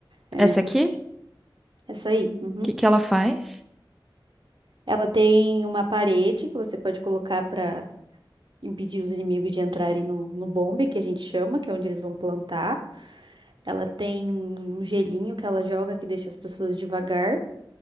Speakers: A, on the right (about 65°); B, in the centre.
A: É,
B: Essa aqui? O
A: essa aí. uhum.
B: que que ela faz?
A: Ela tem uma parede que você pode colocar pra impedir os inimigos de entrarem no, no bombe, que a gente chama, que é onde eles vão plantar. Ela tem um gelinho que ela joga que deixa as pessoas devagar.